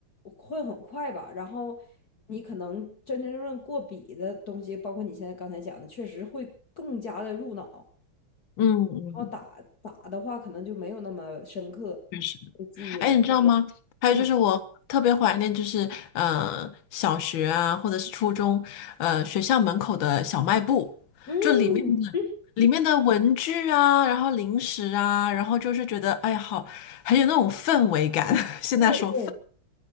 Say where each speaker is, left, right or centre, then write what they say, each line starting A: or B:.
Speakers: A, on the left; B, on the left.
A: 会很快吧，然后你可能真真正正过笔的东西，包括你现在刚才讲的，确实会更加的入脑。
B: 嗯嗯，
A: 然后打打的话可能就没有那么深刻，
B: 确实。
A: 对记忆来，
B: 哎，你知道吗？还有就是我特别怀念，
A: 嗯
B: 就是呃小学啊，或者是初中，呃学校门口的小卖部，
A: 嗯，
B: 就里面的里面的文具啊，然后零食啊，然后就是觉得哎呀好，很有那种氛围感。<laughs> 现在说，
A: 对对